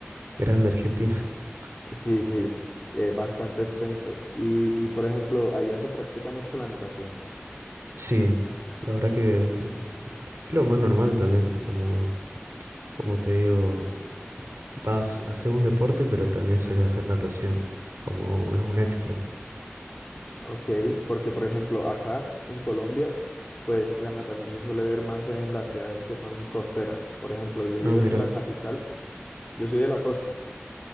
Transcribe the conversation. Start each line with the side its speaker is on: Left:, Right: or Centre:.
Right: grande Argentina. <laughs>
Left: Sí, sí, es bastante extenso. Y, por ejemplo, allá se practica mucho la natación.
Right: Sí, la verdad que es lo más normal también, como, como te digo. Vas, haces un deporte, pero también sueles hacer natación, como es un extra.
Left: Ok, porque, por ejemplo, acá en Colombia, pues la natación se suele ver más en las ciudades que son costeras. Por ejemplo, yo
Right: No,
Left: vivo
Right: mira,
Left: en la capital, yo soy de la costa.